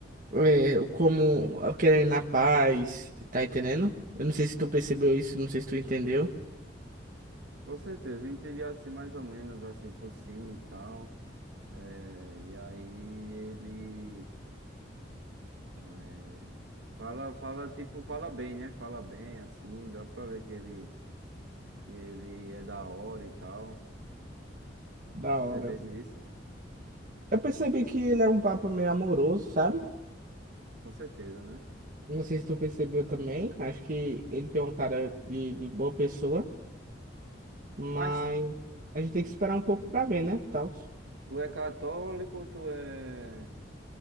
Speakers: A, on the right (about 45°); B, on the right (about 70°).
A: é, o como eu querer na paz, tá entendendo? Eu não sei se tu percebeu isso, não sei se tu entendeu.
B: Com certeza, eu entendi assim mais ou menos assim por cima e tal. É, e aí ele é, fala, fala tipo, fala bem, né? Fala bem assim, dá pra ver que ele que ele é da hora e tal.
A: Da
B: Percebesse
A: hora.
B: isso?
A: Eu percebi que ele é um papo meio amoroso, sabe?
B: Com certeza, né?
A: Não sei se tu percebeu também. Acho que ele tem uma cara de, de boa pessoa, mas
B: Mas
A: a gente tem que esperar um pouco pra ver, né? Tal.
B: tu é católico ou tu é